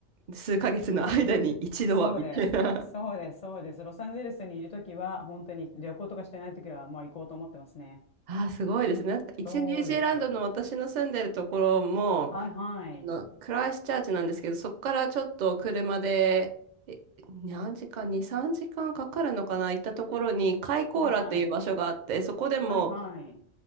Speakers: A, on the right; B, on the left.
A: 数ヶ月の間に一度はみたいな。
B: そうです。そうです。そうです。ロサンゼルスにいるときは、本当に旅行とかしてないときは、まあ行こうと思ってますね。
A: <laughs> ああ、すごいですね。なんか一応ニュージーランドの私の住んでるところも、
B: そうです。はいはい。
A: あの、クライストチャーチなんですけど、そこからちょっと車で、え何時間、2、3時間かんかかるのかな行ったところに、カイコーラっていう場所があって、
B: はいはい。
A: そこでも、
B: はいはい。